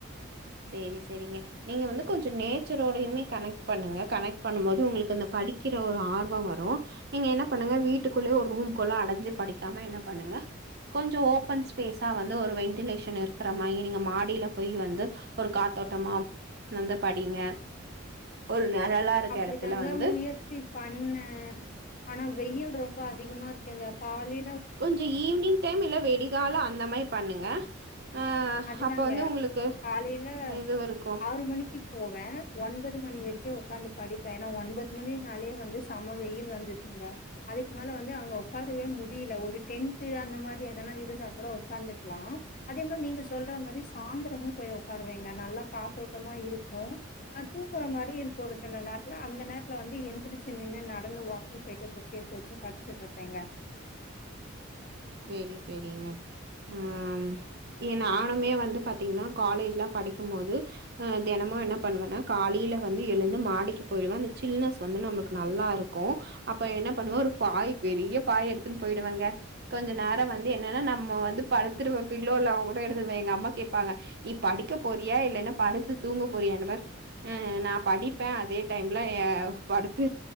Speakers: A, on the right; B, on the left.
A: செரி செரிங்க நீங்க வந்து கொஞ்ச நேச்சரோடையுமே கனெக்ட் பண்ணுங்க கனெக்ட் பண்ணும் போது உங்களுக்கு வந்து படிக்கிற ஒரு ஆர்வோ வரு நீங்க என்ன பண்ணுங்க வீட்டுக்குள்ளயே ஒரு ரூம்குள்ள அடைஞ்சு படிக்காம என்ன பண்ணுங்க கொஞ்ச ஓபன் ஸ்பேஸா வந்து ஒரு வென்டிலேஷன் இருக்கிற மாரி நீங்க மாடியில போய் வந்து ஒரு காத்தோட்டமா வந்து படிங்க ஒரு நெழலா இருக்க
B: அப்பிடிதாங்க
A: எடத்துல வந்து
B: முயற்சி பண்ணே ஆனா வெயில் ரொம்ப அதிகமா இருக்குங்க காலை
A: கொஞ்ச ஈவி்னிங் டைம் இல்ல வெடிகால அந்த மாரி பண்ணுங்க ஆ
B: அதுதாங்க
A: அப்ப வந்து உங்களுக்கு
B: காலைல
A: இதுவு இருக்கு
B: ஆறு மணிக்கு போவே ஒன்பது மணி வரைக்கு உக்காந்து படிப்பே ஏன்னா ஒன்பது மணினாலே வந்து செம வெயில் வந்துடுங்க அதுக்கு மேல வந்து அங்க உக்காரவே முடியல ஒரு டென்ட்டு அந்த மாரி எதனா இருந்தா கூட உக்காந்துக்கலா அதே மாரி நீங்க சொல்ற மாரி சாயந்திரமு போய் உக்காருவேங்க நல்லா காத்தோட்டமா இருக்கு ஆ தூங்குற மாரி இருக்கு ஒரு சில நேரத்துல அந்த நேரத்துல வந்து எந்திரிச்சு நின்னு நடந்து வாக்கிங் போயிட்டு புக் எடுத்து வச்சு படிச்சுட்டு இருப்பேங்க
A: செரி செரிங்க ம் எ நானுமே வந்து பாத்தீங்கன்னா காலேஜ்லா படிக்கும் போது ஆ தெனமு என்ன பண்ணுவேன்னா காலைல வந்து எழுந்து மாடிக்கு போயிடுவே அந்த சில்னஸ் வந்து நமக்கு நல்லா இருக்கு அப்ப என்ன பண்ணுவே ஒரு பாய் பெரிய பாய் எடுத்துனு போயிடுவங்க கொஞ்ச நேர வந்து என்னனா நம்ம வந்து படுத்துருவே பில்லோ எல்லா கூட எடுத்துப்ப எங்க அம்மா கேப்பாங்க நீ படிக்க போறியா இல்லன்னா படுத்து தூங்கபோறியானுதா ஆ நா படிப்பே அதே டைம்ல ஏ படுத்து